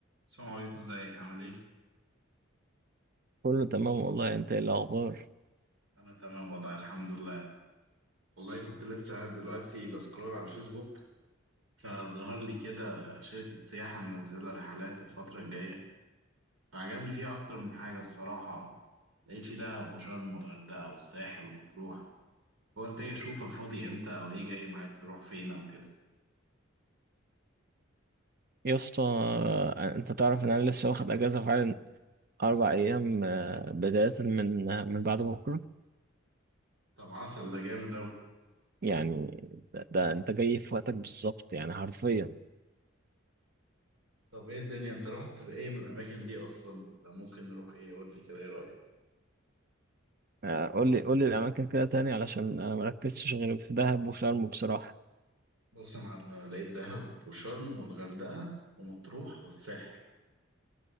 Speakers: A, on the right (about 75°); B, on the right (about 50°).
A: السلام عليكم ازيك عامل ايه؟
B: كله تمام والله انت ايه الاخبار
A: انا تمام والله الحمد لله والله كنت لسه قاعد دلوقتي بسكرول على الفيسبوك فظهر لي كده شركة سياحة منزلة رحلات الفترة الجاية فعجبني فيها أكتر من حاجة الصراحة لقيت في دهب وشرم والغردقة والساحل ومطروح فقلت ايه أشوفك فاضي امتى أو ايه جاي معاك نروح فين أو كده
B: يا اسطى آه، انت تعرف ان انا لسه واخد اجازه فعلا اربع ايام آه، بدايه من آه، من بعد بكره
A: طب عسل ده جامد أوي
B: يعني ده, ده انت جاي في وقتك بالظبط يعني حرفيا
A: طب ايه الدنيا انت رحت بإيه من الأماكن دي أصلا ده ممكن نروح ايه قول لي كده ايه رأيك؟
B: آه، قول لي قول لي الاماكن كده تاني علشان انا مركزتش غير في دهب وشرم بصراحه
A: بص يا معلم انا على- لقيت دهب وشرم والغردقه ومطروح والساحل